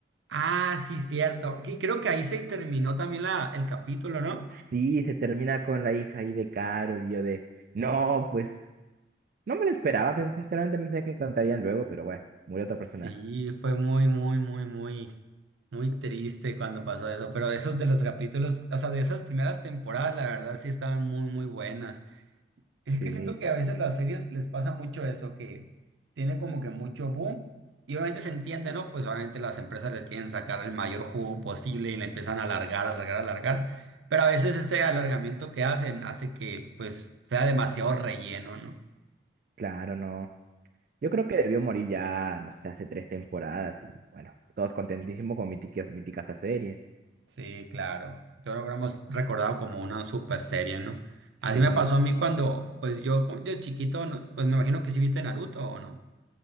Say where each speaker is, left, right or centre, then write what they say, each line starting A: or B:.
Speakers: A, on the right; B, on the right.
A: Ah, sí, cierto. que creo que ahí se terminó también la, el capítulo, ¿no?
B: Sí, se termina con la hija ahí de Carol y yo de... No, pues, no me lo esperaba, pero sinceramente pensé que encontrarían luego, pero bueno, murió otra persona.
A: Sí, fue muy, muy, muy, muy, muy triste cuando pasó eso, pero esos de los capítulos, o sea, de esas primeras temporadas, la verdad sí estaban muy, muy buenas. Es
B: Sí,
A: que siento que a veces las series les pasa mucho eso, que tienen como que mucho boom y obviamente se entiende, ¿no? Pues obviamente las empresas le quieren sacar el mayor jugo posible y le empiezan a alargar, alargar, alargar, pero a veces ese alargamiento que hacen hace que pues sea demasiado relleno, ¿no?
B: claro, no. Yo creo que debió morir ya, no sé, hace tres temporadas y bueno, todos contentísimos con mítica, mítica esa serie.
A: Sí, claro. Yo lo hemos recordado como una super serie, ¿no? Así
B: Sí.
A: me pasó a mí cuando, pues yo cu- de chiquito, no- pues me imagino que sí viste Naruto o no.